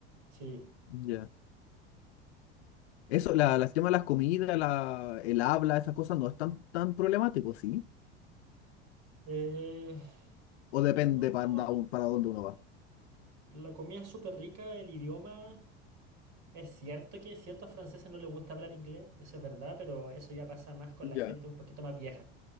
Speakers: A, on the right; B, on the left.
A: sí.
B: Ya. Eso, la, las temas de las comidas, la, el habla, esas cosas no es tan, tan problemático, ¿sí?
A: Eh,
B: O depende
A: no,
B: para, dónde- para dónde uno va.
A: la comida es súper rica, el idioma, es cierto que ciertos franceses no les gusta hablar inglés, eso es verdad, pero eso ya pasa más con
B: Ya.
A: la gente un poquito más vieja.